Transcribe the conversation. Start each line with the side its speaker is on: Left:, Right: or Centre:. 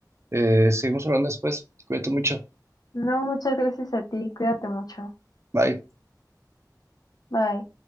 Right: eh, seguimos hablando después. Cuídate mucho.
Left: No, muchas gracias a ti, cuídate mucho.
Right: Bye.
Left: Bye.